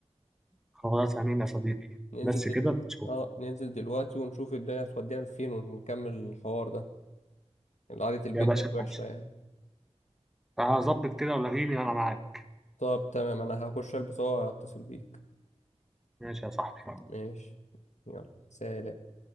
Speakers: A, in the centre; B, on the left (about 80°).
A: خلاص امين يا صديقي
B: ننزل
A: بس
B: دل...
A: كده تشوف
B: اه ننزل دلوقتي ونشوف الدنيا هتودينا فين ونكمل الحوار ده قعدة البيت
A: يا باشا
B: بقت وحشة
A: ماشي
B: يعني
A: هظبط كده ولاغيني وانا معاك
B: طب تمام انا هخش البس وهتصل بيك
A: ماشي يا صاحبي
B: ماشي يلا سلام